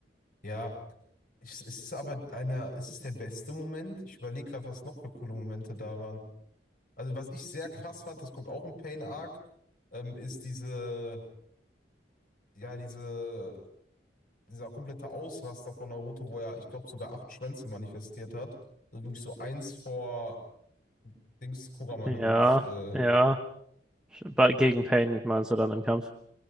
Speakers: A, on the left; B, in the centre.
A: Ja, ich, es ist aber einer, es ist der beste Moment. Ich überlege gerade, was noch für coole Momente da waren. Also, was ich sehr krass fand, das kommt auch im Pain Arc, ähm, ist diese, ja, diese, dieser komplette Ausraster von Naruto, wo er, ich glaube, sogar acht Schwänze manifestiert hat. Also wirklich so eins vor Dings Kurama
B: Ja,
A: nimmt. Äh,
B: ja. Bei- Gegen Pain meinst du dann im Kampf?